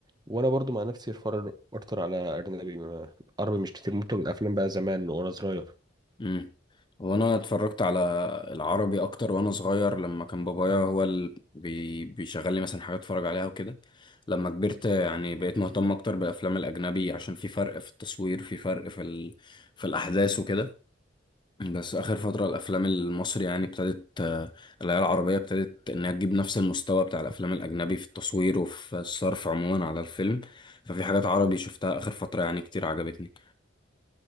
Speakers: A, on the right; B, on the left.
A: وأنا برضو مع نفسي أتفرج أكتر على أجنبي ما- عربي مش كتير ممكن الأفلام بقى زمان وأنا صغير
B: امم وانا اتفرجت على العربي اكتر وانا صغير لما كان بابايا هو اللي بي... بيشغل لي مثلا حاجات اتفرج عليها وكده لما كبرت يعني بقيت مهتم اكتر بالافلام الاجنبي عشان في فرق في التصوير في فرق في ال... في الاحداث وكده بس اخر فتره الافلام المصري يعني ابتدت آه، العيال العربيه ابتدت انها تجيب نفس المستوى بتاع الافلام الاجنبي في التصوير وفي الصرف عموما على الفيلم ففي حاجات عربي شفتها اخر فتره يعني كتير عجبتني